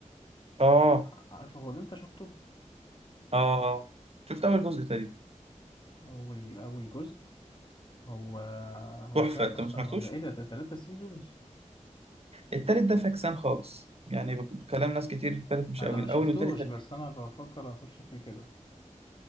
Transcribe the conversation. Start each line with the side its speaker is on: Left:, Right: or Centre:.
Right: اه
Left: آه، عارفه هو ده انت شفته
Right: اه اه شفت اول جزء تقريبا
Left: اول اول جزء هو هو
Right: تحفه
Left: كام
Right: انت
Left: اصلا
Right: ما سمعتوش
Left: هو ده ايه ده ده تلاتة سيزونز
Right: التالت ده فاكسان خالص يعني بك- بكلام ناس كتير التالت مش
Left: انا
Right: قوي
Left: ما
Right: الاول
Left: شفتوش
Right: والتاني حلوين
Left: بس انا بفكر اخش فيه كده